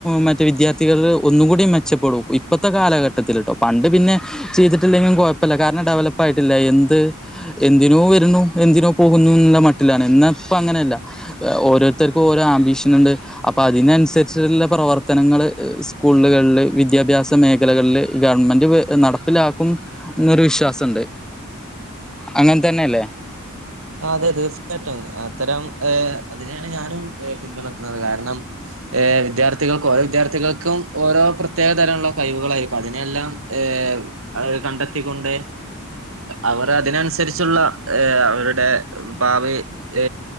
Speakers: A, in the centre; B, on the right.
A: മറ്റേ വിദ്യാർത്ഥികൾ ഒന്നും കൂടി മെച്ചപ്പെടൂ ഇപ്പഴത്തെ കാലഘട്ടത്തിലിട്ടോ പണ്ട് പിന്നെ ചെയ്തിട്ടില്ലെങ്കും കുഴപ്പമില്ല കാരണം ഡെവലപ്പ ആയിട്ടില്ല എന്ത് എന്തിനോ വരുന്നു എന്തിനോ പോകുന്നു എന്നുള്ള മട്ടിലാണ് എന്ന ഇപ്പ അങ്ങനെയല്ല ഓരോരുത്തർക്കും ഓരോ ആംബീഷൻ ഉണ്ട് അപ്പൊ അതിനനുസരി അനുസരിച്ച് ഉള്ളപ്രവർത്തനങ്ങൾ സ്കൂളുകളില് വിദ്യാഭ്യാസ മേഖലകളില് ഗവൺമെന്റ് നടപ്പിലാക്കും എന്നൊരു വിശ്വാസമുണ്ട് അങ്ങനെ തന്നെല്ലേ
B: അതെ തീർച്ചയായിട്ടും അത്തരം അതിനെയാണ് ഞാനും പിന്തുണക്കുന്നത് കാരണം ഏ വിദ്യാർത്ഥികൾക്ക ഓരോ വിദ്യാർത്ഥികൾക്കും ഓരോ പ്രത്യേക തരം ഉള്ള കഴിവുകളൾായിരിക്കും അതിനെല്ലാം ഏത് കണ്ടെത്തിക്കൊണ്ട് അവർ അതിനനുസരിച്ചുള്ള അവരുടെ ടെഭാവി ഹ